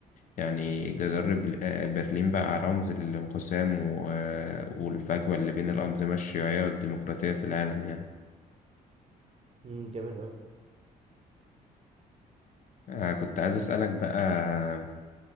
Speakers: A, on the left (about 55°); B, on the right (about 40°).
A: يعني جدار بل- آه، برلين بقى رمز للانقسام و- آه، والفجوة اللي بين الأنظمة الشيوعية والديمقراطية في العالم يعني
B: امم جامد أوي
A: آه، كنت عايز أسألك بقى